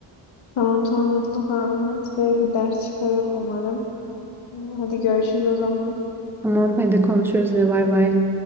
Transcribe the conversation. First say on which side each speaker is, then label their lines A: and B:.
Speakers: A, on the left; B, in the centre.
A: Tamam tamam mutlaka anlat ve bir ders çıkarır umarım. Hadi görüşürüz o zaman.
B: Tamam hadi konuşuruz ne? bay bay.